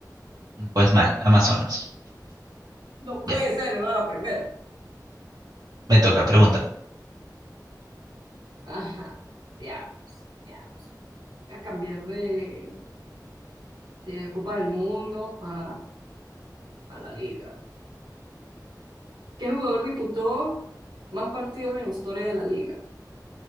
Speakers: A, on the right; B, on the right.
A: mm, pues mal, Amazonas.
B: No puede
A: Ya,
B: ser, era la primera.
A: me toca, pregúntame.
B: Ajá, ya, ya. Voy a cambiar de, de Copa del Mundo a a la liga. ¿Qué jugador disputó más partidos en la historia de la liga?